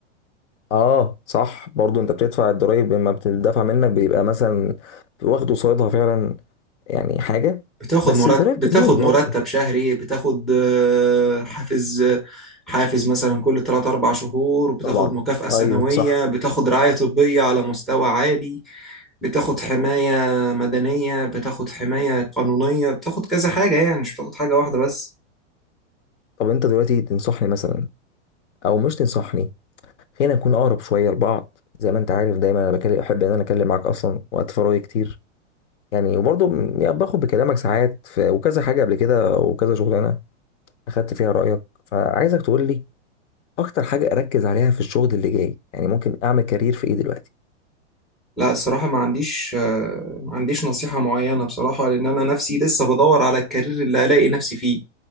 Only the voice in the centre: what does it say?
بتاخد
مرتب
بتاخد
مرتب شهري بتاخد آه، حافز آه، حافز مثلا كل 3 4 شهور بتاخد
مكافأة سنوية
بتاخد رعاية طبية على مستوى عالي بتاخد حماية مدنية بتاخد حماية قانونية بتاخد كذا حاجة يعني مش بتاخد حاجة واحدة بس
لا الصراحة ما عنديش آه، ما عنديش نصيحة معينة بصراحة لأن أنا نفسي لسه بدور على الكارير اللي ألاقي نفسي فيه